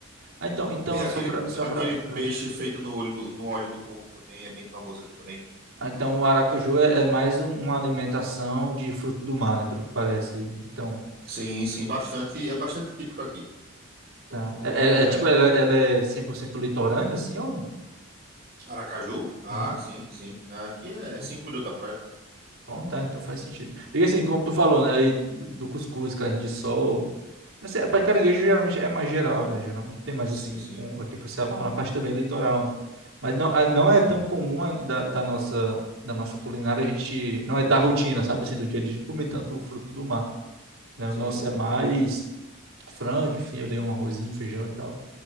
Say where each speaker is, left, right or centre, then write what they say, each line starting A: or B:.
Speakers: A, on the right; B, on the right.
A: Ah, então, então
B: Pe- Aquele,
A: só para só
B: aquele
A: para
B: peixe feito no olho do, no óleo do coco também é bem famoso aqui também.
A: Ah, então o aracaju é, é mais um- uma alimentação de fruto do mar, né, pelo que parece. Então,
B: Sim, sim, bastante, é bastante típico aqui.
A: tá. É, é-
B: É,
A: é tipo ela, ela é 100% litorânea assim ou não?
B: Aracaju? Ah,
A: Uhum.
B: sim, sim. Aqui é
A: Ah,
B: cinco minutos da praia.
A: Pronto, tá, então faz sentido. E assim, como tu falou, né, aí do cuscuz, carne de sol. Assim, a parte de caranguejo geralmente é mais geral, né? Geralmente tem mais
B: Sim,
A: assim
B: sim,
A: com aqui pro Ceará, na parte também é litoral, Mas não, ah, não
B: sim,
A: é tão comum a- da, da nossa da nossa culinária, a gente não é da rotina, sabe assim, do dia a dia de comer tanto o fruto do mar, né? O
B: sim.
A: nosso é mais frango, enfim filé, um arrozinho, feijão e tal.